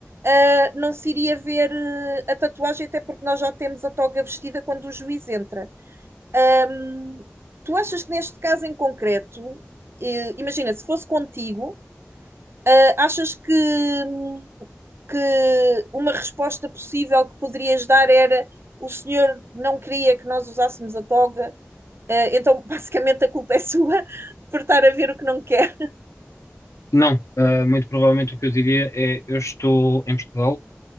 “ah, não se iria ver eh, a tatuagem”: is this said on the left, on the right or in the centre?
Right